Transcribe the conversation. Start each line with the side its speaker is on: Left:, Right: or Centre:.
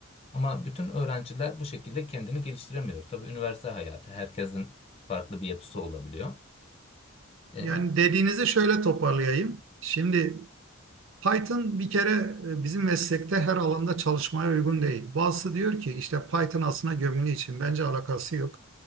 Left: Ama bütün öğrenciler bu şekilde kendini geliştiremiyor. Tabii üniversite hayatı herkesin farklı bir yapısı olabiliyor. Ee,
Right: Yani dediğinizi şöyle toparlayayım. Şimdi Python bir kere e, bizim meslekte her alanda çalışmaya uygun değil. Bazısı diyor ki işte Python aslında gömülü için. Bence alakası yok.